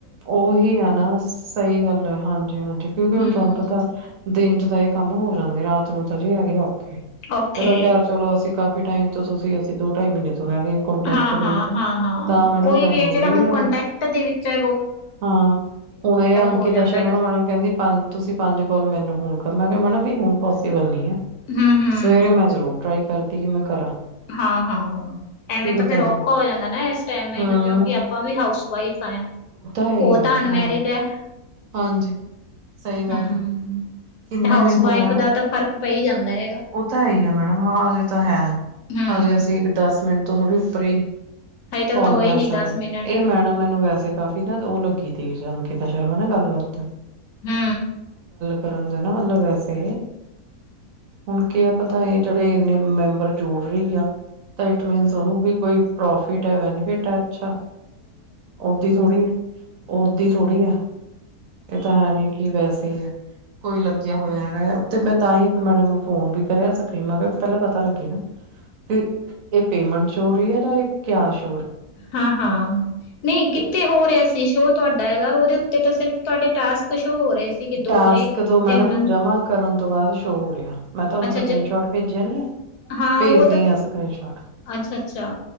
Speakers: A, on the right; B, on the left.
A: ਉਹੀ ਆ ਨਾ ਸਹੀ ਗੱਲ ਹੈ ਹਾਂਜੀ-ਹਾਂਜੀ ਕਿਉਂਕਿ ਹੁਣ
B: ਹਮ
A: ਤੁਹਾਨੂੰ ਪਤਾ ਦਿਨ ਤਾਂ ਇਹ ਕੰਮ ਹੋ ਜਾਂਦੇ ਰਾਤ ਨੂੰ ਤਾਂ ਜੇ ਹੈਗੇ।
B: ਓਕੇ
A: ਇਹਦਾ ਖੈਰ ਚਲੋ ਅਸੀਂ ਕਾਫੀ ਟਾਈਮ ਤੋਂ ਤੁਸੀਂ ਅਸੀਂ ਦੋ ਢਾਈ ਮਹੀਨੇ ਤੋਂ ਹੈਗੇ ਕੰਟੈਕਟ
B: ਹਾਂ, ਹਾਂ,
A: ਦੇ ਵਿੱਚ
B: ਹਾਂ, ਹਾਂ,
A: ਤਾਂ ਮੈਡਮ
B: ਕੋਈ
A: ਗੱਲ
B: ਵੀ ਹੈ
A: ਹੋ
B: ਜਿਹੜਾ
A: ਰਹੀ
B: ਹੁਣ
A: ਆ
B: ਕੰਟੈਕਟ ਦੇ ਵਿੱਚ ਐ
A: ਹਾਂ ਹੁਣ ਇਹ ਅੰਕਿਤਾ
B: ਹੋ ਜਾਂਦਾ
A: ਸ਼ਰਮਾ
B: ਹੈਗਾ
A: ਮੈਂ ਕਹਿੰਦੀ ਪੰਜ ਤੁਸੀਂ ਪੰਜ ਕੌਲ ਮੈਨੂੰ ਹੁਣ ਮੈਂ ਕਿਹਾ ਮੈਡਮ ਵੀ ਹੁਣ ਪੋਸੀਬਲ ਨਹੀਂ ਐ।
B: ਹਮ ਹਮ
A: ਸਵੇਰੇ ਮੈਂ ਜ਼ਰੂਰ ਟਰਾਈ ਕਰਦੀ ਕਿ ਮੈਂ ਕਰਾਂ,
B: ਹਾਂ ਹਾਂ ਐਵੇਂ
A: ਕਿਉਂਕਿ
B: ਤਾਂ ਫਿਰ
A: ਤੁਹਾਨੂੰ
B: ਔਖਾ ਹੋ ਜਾਂਦਾ ਨਾ ਇਸ ਟੈਮ
A: ਹਮ
B: ਕਿਉਂਕਿ ਆਪਾਂ ਵੀ ਹਾਊਸ ਵਾਈਫ ਆ।
A: ਹੈ ਹੀ
B: ਉਹ
A: ਆ ਮੈਡਮ
B: ਤਾਂ ਅਨਮੈਰਿਡ
A: ਹਾਂਜੀ
B: ਹੈ।
A: ਹਾਂਜੀ ਸਹੀ ਗੱਲ
B: ਹਮ
A: ਆ। ਕਿੰਨੇ
B: ਹਾਊਸ
A: ਮਿੰਟ
B: ਵਾਈਫ
A: ਹੋ ਜਾਣਾ
B: ਦਾ ਤਾਂ ਫ਼ਰਕ ਪੈ ਹੀ ਜਾਂਦਾ ਹੈਗਾ
A: ਉਹ ਤਾਂ ਹੈ ਹੀ ਆ ਮੈਡਮ ਹਾਂ ਹਜੇ ਤਾਂ ਹੈ
B: ਹਮ
A: ਹਜੇ ਅਸੀਂ ਇੱਕ ਦਸ ਮਿੰਟ ਉੱਤੋਂ ਥੋੜ੍ਹੀ ਫ੍ਰੀ,
B: ਹਜੇ ਤੱਕ
A: ਕਾਲ
B: ਤਾਂ ਹੋਏ
A: ਕਰ
B: ਨੀ
A: ਸਕਦਾ,
B: ਦਸ ਮਿੰਟ
A: ਇਹ ਮੈਡਮ ਮੈਨੂੰ ਵੈਸੇ ਕਾਫੀ ਨਾ ਉਹ ਲੱਗੀ ਤਿਗੀ ਚੱਲ ਸ਼ਰਮਾ ਨਾਲ ਗੱਲ <unintelligible>
B: ਹੂੰ
A: ਕਰਨ ਦੇ ਨਾ ਮਤਲਬ ਵੈਸੇ ਹੁਣ ਕਿਆ ਪਤਾ ਤਾਂ ਇਹ ਜਿਹੜੇ ਇੰਨੇ ਮੈਂਬਰ ਜੋੜ ਰਹੀ ਆ ਤਾਂ ਇਟ ਮੀਨਸ ਉਹਨੂੰ ਵੀ ਕੋਈ ਪ੍ਰੋਫਿਟ ਹੈ ਬੈਨੀਫਿਟ ਹੈ ਅੱਛਾ ਓਦੀ ਥੋੜੀ ਓਦੀ ਥੋੜੀ ਆ ਇਹ ਤਾਂ ਹੈ ਨੀ ਕੀ ਵੈਸੇ ਹੀ ਹੈ ਕੋਈ ਲੱਗਿਆ ਹੋਇਆ ਹੈਗਾ ਓ ਤੇ ਮੈਂ ਤਾਂ ਹੀ ਮੈਡਮ ਨੂੰ ਫੋਨ ਵੀ ਕਰਿਆ ਸੀ ਮੈਂ ਕਿਹਾ ਪਹਿਲਾਂ ਪਤਾ ਲੱਗੇ ਨਾ ਤੇ ਇਹ ਪੇਮੈਂਟ ਚ ਹੋਰੀ ਆ ਦਾ ਏ ਕਿਆਸ
B: ਹਾਂ ਹਾਂ ਨਹੀਂ ਕਿੱਥੇ
A: ਤੇ
B: ਹੋ ਰਿਹਾ ਸੀ ਸ਼ੋਅ ਤੁਹਾ ਹੈਗਾ ਉਹਦੇ ਉੱਤੇ ਤਾਂ ਸਿਰਫ ਤੁਹਾਡੇ ਟਾਸਕ ਸ਼ੋਅ ਹੋ ਰਹੇ ਸੀ ਕਿ ਦੋ
A: ਟਾਸਕ
B: ਹੋ ਰਹੇ
A: ਤੋਂ
B: ਤਿੰਨ
A: ਮੈਡਮ ਜਮਾ ਕਰਨ ਤੋਂ ਬਾਅਦ ਸ਼ੋਅ ਹੋ ਰਿਹਾ ਮੈਂ ਤੁਹਾਨੂੰ
B: ਅੱਛਾ
A: ਸਕਰੀਨ
B: ਜ
A: ਸ਼ੋਟ ਭੇਜਿਆ ਨੀ ਹੈ
B: ਹਾਂ
A: ਭੇਜਦੀ
B: ਉਹ ਤਾਂ
A: ਆ ਸਕਰੀਨ ਸ਼ੋਟ
B: ਅੱਛਾ ਅੱਛਾ